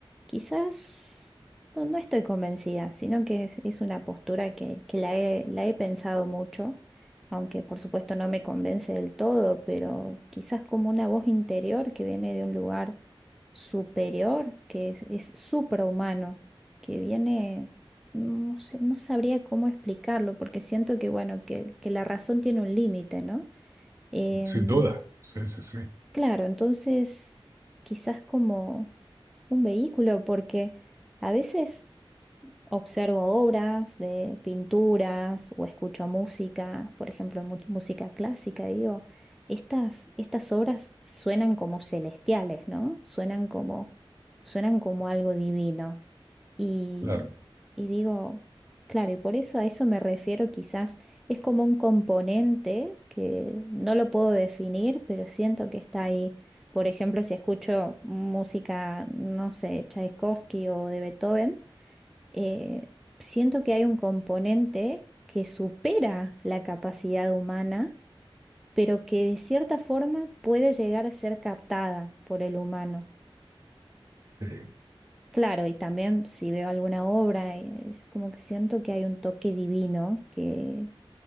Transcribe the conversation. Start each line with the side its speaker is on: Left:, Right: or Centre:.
Centre: quizás no, no estoy convencida, sino que es, es una postura que, que la he, la he pensado mucho, aunque por supuesto no me convence del todo, pero quizás como una voz interior que viene de un lugar superior, que es, es suprahumano, que viene no sé, no sabría cómo explicarlo, porque siento que, bueno, que, que la razón tiene un límite, ¿no? Em,
Right: sin duda, sí, sí, sí,
Centre: claro, entonces quizás como un vehículo, porque a veces observo obras de pinturas o escucho música, por ejemplo, mu- música clásica, y digo, estas, estas obras suenan como celestiales, ¿no? Suenan como, suenan como algo divino. Y,
Right: claro,
Centre: y digo, claro, y por eso a eso me refiero quizás, es como un componente que no lo puedo definir, pero siento que está ahí. Por ejemplo, si escucho música, no sé, Tchaikovsky o de Beethoven, eh, siento que hay un componente que supera la capacidad humana, pero que de cierta forma puede llegar a ser captada por el humano.
Right: sí,
Centre: Claro, y también si veo alguna obra, eh, es como que siento que hay un toque divino que,